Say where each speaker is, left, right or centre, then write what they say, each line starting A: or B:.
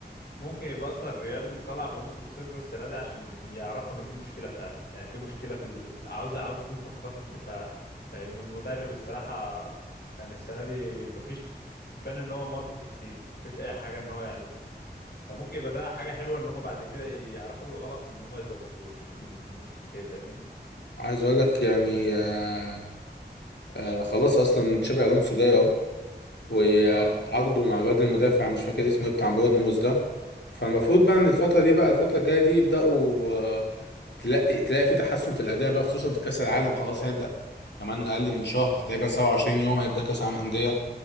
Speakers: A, on the left (about 65°); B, on the left (about 80°).
A: ممكن يبقى اصلا الريال طلع بموسم صفر السنه دي عشان يعرفوا انه في مشكله فعلا يعني في مشكله في ال... عاوز عاوزين صفقات في الدفاع فاهمني والمدرب الصراحه كان السنه دي مفيش بان ان هو ملط تكتيك مفيش اي حاجه ان هو يعمل فممكن يبقى ده حاجه حلوه ان هم بعد كده يعرفوا ايه الغلط وان هم يظبطوه في الموسم في الموسم الجاي فاهمني
B: عايز اقول لك يعني آه، آه، خلاص اصلا تشابي الونسو جاي اهو وعقده
A: اه
B: مع الواد المدافع مش فاكر اسمه ايه بتاع بورنموث ده فالمفروض بقى ان الفتره دي بقى الفتره الجايه دي يبداوا آه، تلاقي تلاقي في تحسن في الاداء بقى خصوصا في كاس العالم خلاص هيبدا كمان اقل من شهر تقريبا 27 يوم هيبدا كاس عالم انديه